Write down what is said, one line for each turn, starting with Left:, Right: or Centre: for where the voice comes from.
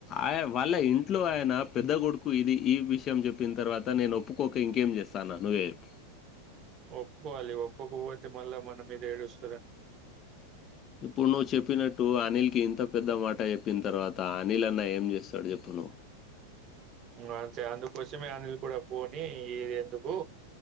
Left: ఆయ వాళ్ళ ఇంట్లో ఆయన పెద్ద కొడుకు ఇది ఈ విషయం చెప్పిన తర్వాత నేను ఒప్పుకోక ఇంకేం చేస్తా అన్నా నువ్వే చెప్పు.
Right: ఒప్పుకోవాలి ఒప్పుకోక పోతే మళ్ళా మన మీద ఏడుసు
Left: ఇప్పుడు నువ్వు చెప్పినట్టు అనిల్ కి ఇంత పెద్ద మాట చె ప్పిన తర్వాత అనిల్ అన్నా ఏం చేస్తాడు చెప్పు నువ్వు
Right: ఇంగా అంతే అందుకోసమే అనిల్ కూడా పోనియ్ ఇది ఎందుకు